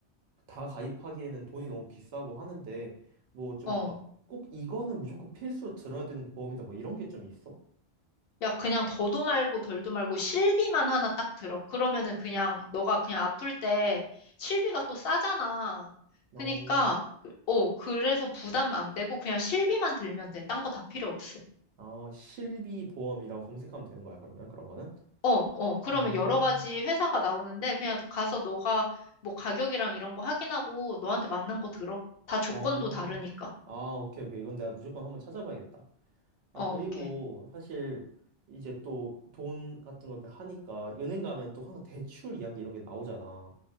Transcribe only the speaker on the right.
다 가입하기에는 돈이 너무 비싸고 하는데, 뭐 좀
막 꼭 이거는 무조건 필수로 들어야 되는 보험이다, 뭐 이런 게 좀 있어?
어,
어, 실비 보험이라고 검색하면 되는 거야, 그러면 그런 거는?
어.
어,
아, 오케이, 오케이. 이건 내가 무조건 한번 찾아봐야겠다.
아, 그리고
사실 이제 또 돈 같은 거 이렇게 하니까 은행 가면 또 항상 대출 이야기 이런 게 나오잖아.